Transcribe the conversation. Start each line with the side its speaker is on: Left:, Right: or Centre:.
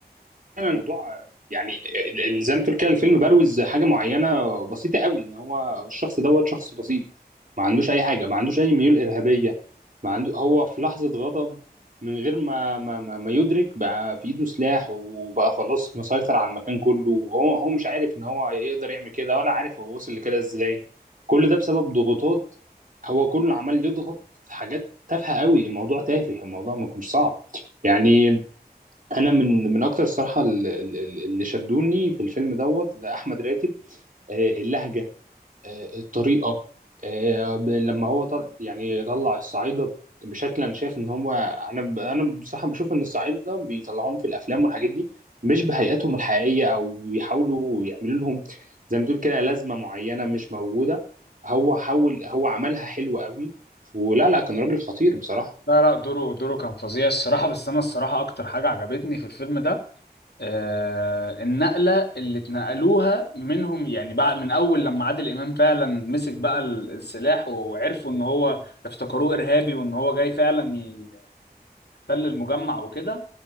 Right: الموضوع يعني ال- زي ما تقول كده الفيلم بروز حاجه معينه بسيطه قوي ان هو الشخص دوت شخص بسيط ما عندوش اي حاجه ما عندوش اي ميول ارهابيه ما عنده هو في لحظه غضب من غير ما ما ما, ما يدرك بقى في ايده سلاح وبقى خلاص مسيطر على المكان كله وهو هو مش عارف ان هو يقدر يعمل كده ولا عارف هو وصل لكده ازاي كل ده بسبب ضغوطات هو كله عمال يضغط في حاجات تافهه قوي الموضوع تافه الموضوع ما كانش صعب يعني انا من من اكتر الصراحه ال- ال- ال- اللي شدوني في الفيلم دوت ده احمد راتب آه، اللهجه آه، الطريقه آه، ب- لما هو طل يعني طلع الصعايده بشكل انا شايف ان هو انا ب- انا بصراحه بشوف ان الصعايده بيطلعوهم في الافلام والحاجات دي مش بهيئتهم الحقيقيه او بيحاولوا يعملوا لهم زي ما تقول كده لازمه معينه مش موجوده هو حاول هو عملها حلو قوي ولا لا كان راجل خطير بصراحه
Left: لا لا دوره دوره كان فظيع الصراحة بس أنا الصراحة أكتر حاجة عجبتني في الفيلم ده آه، النقلة اللي اتنقلوها منهم يعني بعد من أول لما عادل إمام فعلا مسك بقى ال- السلاح وعرفوا إن هو افتكروه إرهابي وإن هو جاي فعلا يحتل المجمع وكده